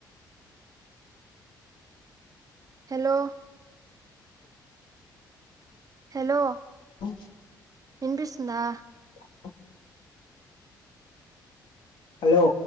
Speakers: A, on the right; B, on the left.
A: హలో హలో
B: <inaudible>
A: వినిపిస్తుందా
B: <inaudible> హలో